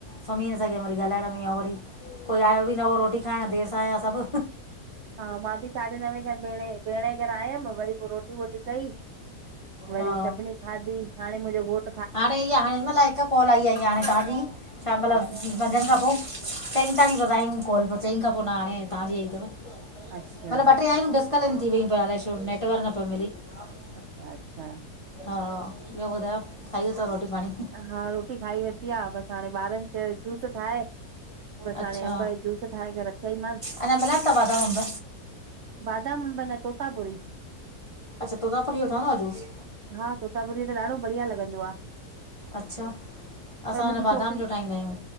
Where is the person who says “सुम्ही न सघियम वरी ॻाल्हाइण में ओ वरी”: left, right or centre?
Left